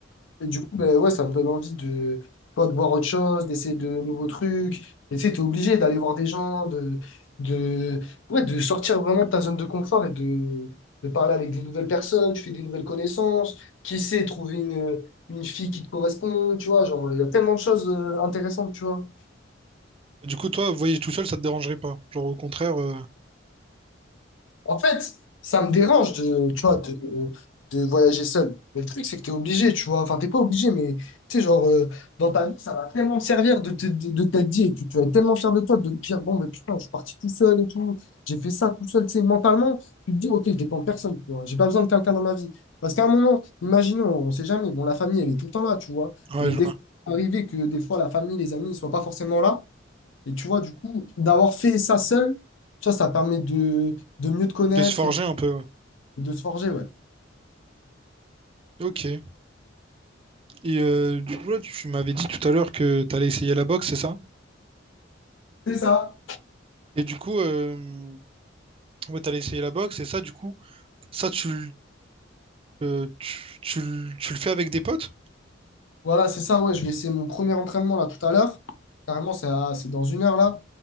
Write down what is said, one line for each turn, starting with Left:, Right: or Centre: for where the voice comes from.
Left: Et du coup, ben ouais, ça me donne envie de, tu vois, de voir autre chose, d'essayer de nouveaux trucs. Et tu sais, t'es obligé d'aller voir des gens, de, de, ouais, de sortir vraiment de ta zone de confort et de, de parler avec des nouvelles personnes, tu fais des nouvelles connaissances. Qui sait, trouver une, une fille qui te correspond, tu vois, genre, il y a tellement de choses euh, intéressantes, tu vois.
Right: Du coup, toi, voyager tout seul, ça te dérangerait pas. Genre, au contraire, euh,
Left: En fait, ça me dérange de, tu vois, de, de voyager seul. Mais le truc, c'est que t'es obligé, tu vois. Enfin, t'es pas obligé, mais tu sais, genre, euh, dans ta vie, ça va tellement te servir de, te- de, de t'être dit, et puis tu vas être tellement fier de toi de te dire, bon, mais putain, je suis parti tout seul et tout, j'ai fait ça tout seul, tu sais, mentalement, tu te dis, ok, je dépends de personne, tu vois. J'ai pas besoin de quelqu'un dans ma vie. Parce qu'à un moment, imaginons, on sait jamais, bon, la famille, elle est tout le temps là, tu vois.
Right: ouais,
Left: Mais
Right: je
Left: des
Right: vois.
Left: fois, il peut arriver que des fois, la famille, les amis, ils soient pas forcément là. Et tu vois, du coup, d'avoir fait ça seul, tu vois, ça permet de, de mieux te connaître
Right: De se forger
Left: et
Right: un peu. ouais.
Left: de se forger, ouais.
Right: Ok. Et euh, du coup, là, tu m'avais dit tout à l'heure que t'allais essayer la boxe, c'est ça?
Left: C'est ça.
Right: Et du coup, euh, ouais, t'allais essayer la boxe, et ça, du coup, ça, tu, l- euh, tu, tu l- tu le fais avec des potes?
Left: Voilà, c'est ça, ouais. Je vais essayer mon premier entraînement là tout à l'heure. Carrément, c'est à- c'est dans une heure là.